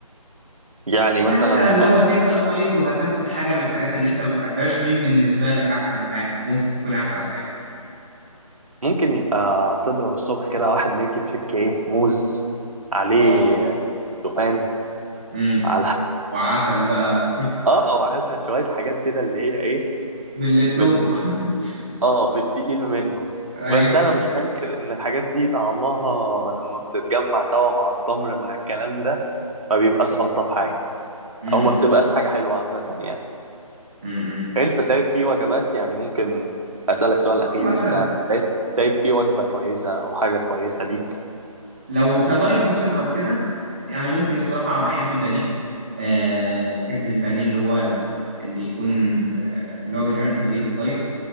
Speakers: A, on the right (about 65°); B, on the right (about 15°).
A: يعني
B: يعني
A: مثلا
B: مثلا لو هتبدأ دايت وهتاكل حاجة من الحاجات اللي انت ما بتحبهاش مين بالنسبة لك احسن حاجة أو ممكن تكون احسن حاجة
A: ممكن يبقى تضرب الصبح كده واحد ميلك تشيك إيه موز عليه
B: اه
A: شوفان
B: امم
A: على <laughs>
B: وعسل بقى و...
A: اه وعسل شوية حاجات كده اللي هي إيه
B: من اللي بتنفخ
A: في ال...
B: <laughs>
A: اه في التقيل منه
B: ايوه
A: بس أنا مش هنكر إن الحاجات دي طعمها لما بتتجمع سوا مع التمر مع الكلام ده ما بيبقاش ألطف حاجة
B: امم
A: أو ما بتبقاش حاجة حلوة عامة يعني
B: امم
A: أنت شايف في وجبات يعني ممكن أسألك سؤال أخير
B: آه، مثلا
A: أنت شايف شايف في وجبة كويسة أو حاجة كويسة ليك
B: لو كدايت مثلا او كده يعني ممكن الصراحة بحب البانيه آه بحب البانيه اللي هو ال- اللي يكون آه، اللي هو بيتعمل بطريقة الدايت